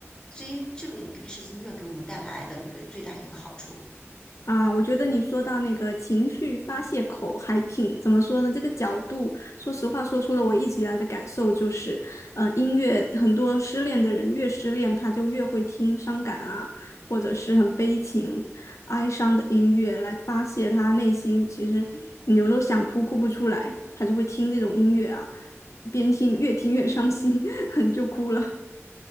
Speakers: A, on the left; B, on the left.
A: 所以这个应该是音乐给我们带来的一个最大的一个好处。
B: 啊，我觉得你说到那个情绪发泄口还挺，怎么说呢？这个角度，说实话，说出了我一直以来的感受，就是，呃，音乐很多失恋的人越失恋，他就越会听伤感啊，或者是很悲情、哀伤的音乐来发泄他内心。其实你有时候想哭哭不出来，他就会听这种音乐啊，边听越听越伤心，<laughs> 就哭了。